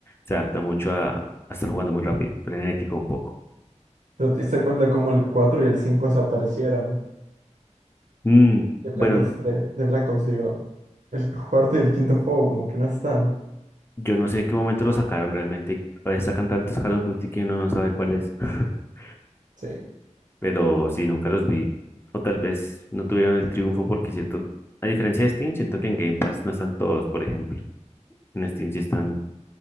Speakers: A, on the left; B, on the right.
A: se adapta mucho a, a estar jugando muy rápido, frenético un poco.
B: pero te diste cuenta cómo el 4 y el 5 desaparecieron
A: Mm,
B: de
A: bueno,
B: Black Ops 3, de Black Ops, digo. El cuarto y el quinto juego como que no están.
A: yo no sé en qué momento lo sacaron realmente. A veces sacan tantos Call of Duty que uno no sabe cuál es. <laughs>
B: Sí.
A: Pero sí, nunca los vi. O tal vez no tuvieron el triunfo porque cierto, a diferencia de Steam, siento que en Game Pass no están todos, por ejemplo. En Steam sí están